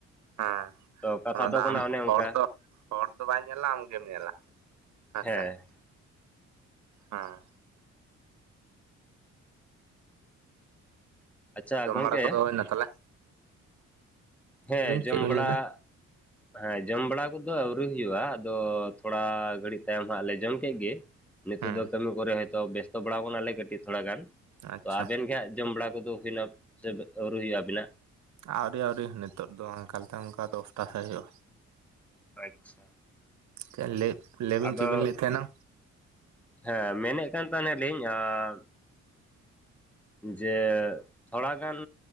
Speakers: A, on the right (about 70°); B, in the centre.
A: ᱦᱮᱸ
B: ᱛᱚ ᱠᱟᱛᱷᱟ
A: ᱚᱱᱟ ᱫᱚ
B: ᱠᱟᱱᱟ
A: ᱟᱢ
B: ᱚᱱᱮ ᱚᱱᱠᱟ
A: ᱦᱚᱲ ᱫᱚ ᱦᱚᱲ ᱫᱚ ᱵᱟᱭ ᱧᱮᱞᱟ ᱟᱢ ᱜᱮᱢ ᱧᱮᱞᱟ ᱟᱥᱟᱼᱼ
B: ᱦᱮᱸ
A: ᱦᱮᱸ
B: ᱟᱪᱪᱷᱟ
A: ᱡᱚᱢ
B: ᱜᱚᱝᱠᱮ
A: ᱵᱟᱲᱟ ᱠᱚᱫᱚ ᱦᱩᱭᱱᱟ ᱛᱟᱦᱞᱮ
B: ᱦᱮᱸ ᱡᱚᱢ
A: ᱪᱮᱫ ᱵᱤᱱ
B: ᱵᱟᱲᱟ
A: ᱞᱟᱹᱭᱫᱟ
B: ᱦᱮᱸ ᱡᱚᱢ ᱵᱟᱲᱟ ᱠᱚᱫᱚ ᱟᱹᱣᱨᱤ ᱦᱩᱭᱩᱜᱼᱟ ᱟᱫᱚ ᱛᱷᱚᱲᱟ ᱜᱷᱟᱹᱲᱤᱡ ᱛᱟᱭᱚᱢ ᱦᱟᱸᱜ ᱞᱮ ᱡᱚᱢ ᱠᱮᱫ ᱜᱮᱼᱼ ᱱᱤᱛᱚᱜ
A: ᱦᱮᱸ
B: ᱫᱚ ᱠᱟᱹᱢᱤ ᱠᱚᱨᱮ ᱦᱚᱭᱛᱳ ᱵᱮᱥᱛᱚ ᱵᱟᱲᱟᱣ ᱟᱠᱟᱱᱟᱞᱮ ᱠᱟᱹᱴᱤᱡ ᱛᱷᱚᱲᱟ ᱜᱟᱱ
A: ᱟᱪᱪᱷᱟ
B: ᱛᱚ ᱟᱵᱮᱱ ᱜᱮ ᱦᱟᱸᱜ ᱡᱚᱢ ᱵᱟᱲᱟ ᱠᱚᱫᱚ ᱦᱩᱭᱱᱟ ᱥᱮ ᱟᱹᱣᱨᱤ ᱦᱩᱭᱩᱜᱼᱟ ᱟᱵᱤᱱᱟᱜᱼᱼ
A: ᱟᱹᱣᱨᱤ ᱟᱹᱣᱨᱤ ᱱᱤᱛᱚᱜ ᱫᱚ ᱚᱱᱠᱟ ᱞᱮᱠᱟ ᱚᱱᱠᱟ ᱫᱚᱥᱴᱟ ᱥᱮᱫ ᱦᱩᱭᱩᱜᱼᱟ
B: ᱟᱪᱪᱷᱟ
A: ᱪᱮ ᱞᱟᱹᱭ ᱞᱟᱹᱭ ᱵᱤᱱ
B: ᱟᱫᱚ
A: ᱪᱮᱫ ᱵᱤᱱ ᱞᱟᱹᱭ ᱮᱫ ᱛᱟᱦᱮᱱᱟ
B: ᱦᱮᱸ ᱢᱮᱱᱮᱫ ᱠᱟᱱ ᱛᱟᱦᱮᱱᱟ ᱞᱤᱧ ᱟᱨᱼᱼ ᱡᱮ ᱛᱷᱚᱲᱟᱜᱟᱱ